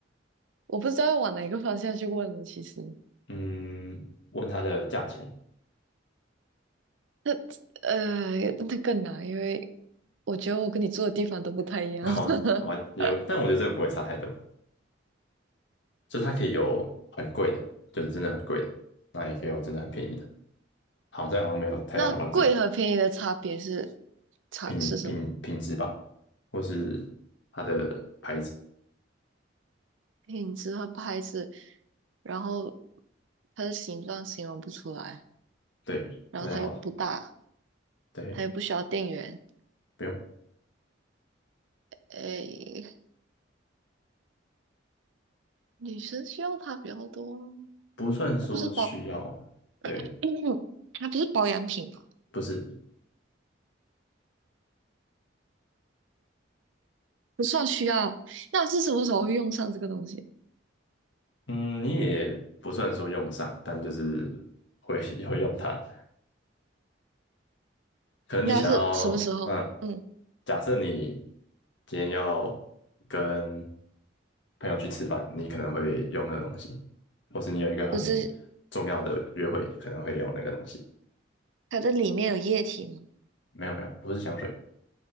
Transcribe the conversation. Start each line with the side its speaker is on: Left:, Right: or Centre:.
Right: 我不知道要往哪个方向去问了。其实，
Left: 嗯，问它的价钱，
Right: 那呃，那更难，因为我觉得我跟你住的地方都不太一样。
Left: <laughs> 哦，
Right: <laughs>
Left: 好吧，也有，但我觉得这个不会差太多，就它可以有很贵的，就是真的很贵的，那也可以有真的很便宜的。好，这样好像没有太大的帮助，
Right: 那贵和便宜的差别是差是什么？
Left: 品品品质吧，或是它的牌子，
Right: 品质和牌子，然后它的形状形容不出来，
Left: 对，
Right: 然后它又不大，
Left: 不太好。对，
Right: 它又不需要电源。
Left: 不用，
Right: 诶，女生需要它比较多啊，
Left: 不算说需要，
Right: 它不是保
Left: 对，
Right: <coughs>，<clears throat> 它不是保养品吧？
Left: 不是，
Right: 不算需要。那是什么时候会用上这个东西？
Left: 嗯，你也不算说用上，但就是会 <laughs> 会用它。可能你想要，
Right: 那是什么时候？
Left: 嗯，
Right: 嗯，
Left: 假设你今天要跟朋友去吃饭，你可能会用那个东西，或是你有一个很重要的约会，
Right: 不是
Left: 可能会用那个东西。
Right: 它的里面有液体吗？
Left: 没有没有，不是香水，